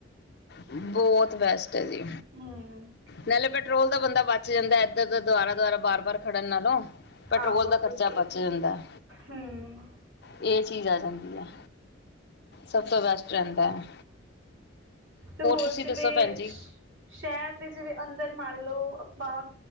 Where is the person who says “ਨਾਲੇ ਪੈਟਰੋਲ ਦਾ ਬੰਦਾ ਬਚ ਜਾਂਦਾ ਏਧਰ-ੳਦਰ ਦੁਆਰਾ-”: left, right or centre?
Left